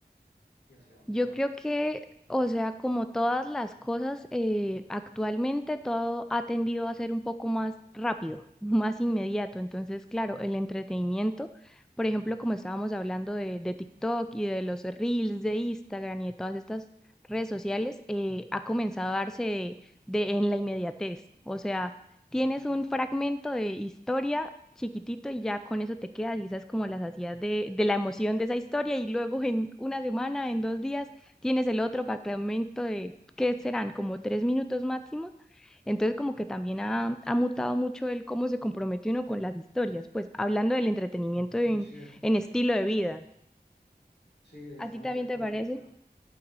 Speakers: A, on the left; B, in the centre.
A: y hacia dónde
B: Yo
A: va?
B: creo que, o sea, como todas las cosas, eh, actualmente todo ha tendido a ser un poco más rápido, <laughs> más inmediato. Entonces, claro, el entretenimiento, por ejemplo, como estábamos hablando de, de TikTok y de los Reels de Instagram y de todas estas redes sociales, eh, ha comenzado a darse de, de- en la inmediatez. O sea, Tienes un fragmento de historia chiquitito y ya con eso te quedas, y esas como las hacías de, de la emoción de esa historia y luego en una semana, en dos días, tienes el otro fragmento de, ¿qué serán? Como tres minutos máximo. Entonces como que también ha, ha mutado mucho el cómo se compromete uno con las historias, pues hablando del entretenimiento en,
A: Muy cierto,
B: en
A: sí.
B: estilo de vida.
A: Sí, estamos
B: ¿A ti también
A: de acuerdo,
B: te parece?
A: claro.